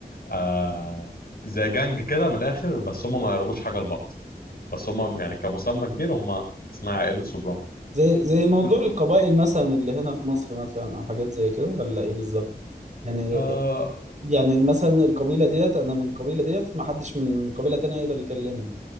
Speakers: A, on the left; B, on the right.
A: آه زي جانج كده من الآخر بس هم ما يقربوش حاجة لبعض بس هم يعني كمسمى كبير هم اسمها عائلة سوبرانو
B: زي زي موضوع
A: كل
B: القبائل مثلا اللي هنا في مصر مثلا او حاجات زي كده ولا ايه بالظبط يعني
A: آه
B: يعني مثلا القبيلة ديت انا من القبيلة ديت ما حدش من قبيلة تانية يقدر يكلمني